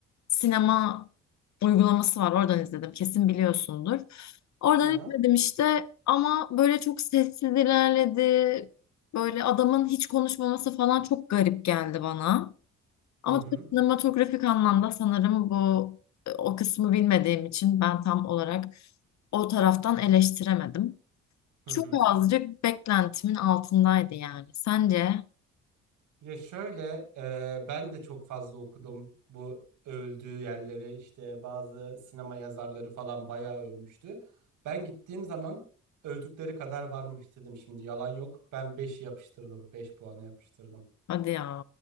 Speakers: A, on the left; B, on the right.
A: sinema uygulaması var oradan izledim kesin biliyorsundur. Oradan
B: Hı hı.
A: izledim işte ama böyle çok sessiz ilerledi. Böyle adamın hiç konuşmaması falan çok garip geldi bana. Ama
B: Hı hı.
A: tabii sinematografik anlamda sanırım bu e, o kısmı bilmediğim için ben tam olarak o taraftan eleştiremedim.
B: Hı
A: Çok
B: hı.
A: azıcık beklentimin altındaydı yani. Sence?
B: Ya şöyle e, ben de çok fazla okudum bu övüldüğü yerleri işte bazı sinema yazarları falan bayağı övmüştü. Ben gittiğim zaman övdükleri kadar varmış dedim şimdi yalan yok. Ben 5'i yapıştırdım 5 puanı yapıştırdım.
A: Hadi ya.